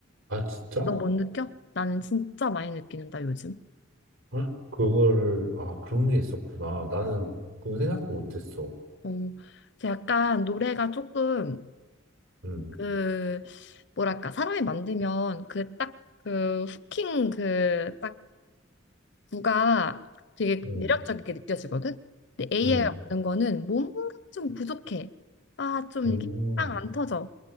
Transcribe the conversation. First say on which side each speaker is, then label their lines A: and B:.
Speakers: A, on the right (about 85°); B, on the left (about 60°).
A: 아, 진짜?
B: 너 못 느껴? 나는 진짜 많이 느끼는다, 요즘.
A: 아, 그걸, 아, 그런 게 있었구나. 나는 그건 생각도 못했어.
B: 어, 그래서 약간 노래가 조금
A: 음,
B: 그 뭐랄까 사람이 만들면 그 딱 그 후킹 그 딱 구가 되게
A: 음,
B: 매력적이게 느껴지거든. 근데 AI
A: 음,
B: 없는 거는 뭔가 좀 부족해. 아, 좀
A: 음,
B: 이렇게 빵 안 터져.